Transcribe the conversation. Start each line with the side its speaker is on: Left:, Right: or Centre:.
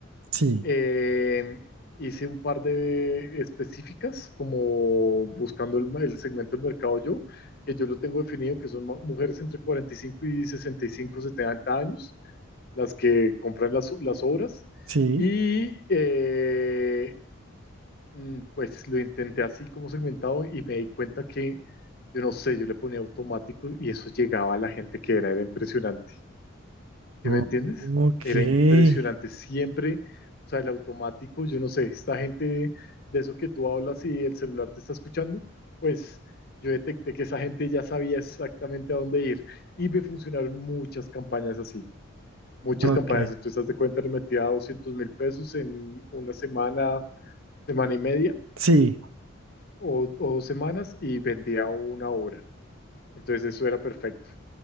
Right: Sí,
Left: Eh, hice un par de específicas, como buscando el, el segmento del mercado yo, que yo lo tengo definido, que son ma- mujeres entre 45 y 65, 70 años, las que compran las, las obras.
Right: sí.
Left: Y eh, mm, pues lo intenté así como segmentado y me di cuenta que, yo no sé, yo le ponía automático y eso llegaba a la gente que era, era impresionante. ¿Sí
Right: Oh,
Left: me entiendes?
Right: ok,
Left: Era impresionante siempre, o sea, el automático, yo no sé, esta gente de eso que tú hablas y el celular te está escuchando, pues yo detecté que esa gente ya sabía exactamente a dónde ir y me funcionaron muchas campañas así, muchas
Right: ok.
Left: campañas. Entonces, haz de cuenta, le metía 200 mil pesos en una semana, semana y media
Right: Sí.
Left: o, o dos semanas y vendía una obra. Entonces, eso era perfecto.